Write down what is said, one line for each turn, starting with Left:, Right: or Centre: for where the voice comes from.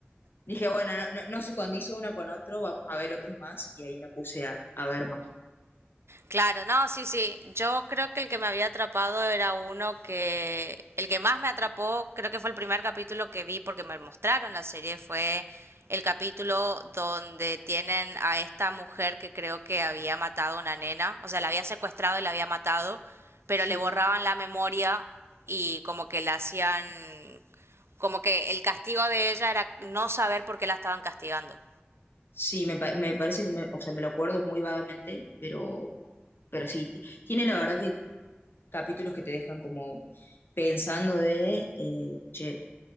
Left: dije, bueno, no, no, no se condice uno con otro, vamos a ver otros más y ahí me puse a, a ver más.
Right: Claro, no, sí, sí. Yo creo que el que me había atrapado era uno que... El que más me atrapó, creo que fue el primer capítulo que vi porque me mostraron la serie, fue el capítulo donde tienen a esta mujer que creo que había matado a una nena, o sea, la había secuestrado y la había matado, pero
Left: Sí,
Right: le borraban la memoria y como que la hacían... Como que el castigo de ella era no saber por qué la estaban castigando.
Left: sí, me, pa- me parece que, me, o sea, me lo acuerdo muy vagamente, pero, pero sí, tiene la verdad que capítulos que te dejan como pensando de, eh, che,